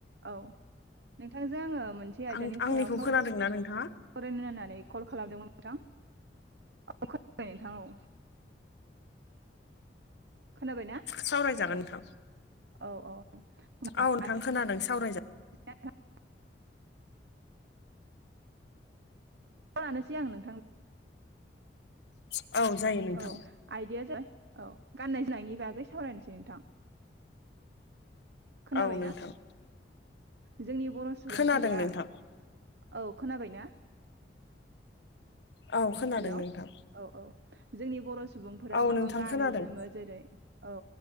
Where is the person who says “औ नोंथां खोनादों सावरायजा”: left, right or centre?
Left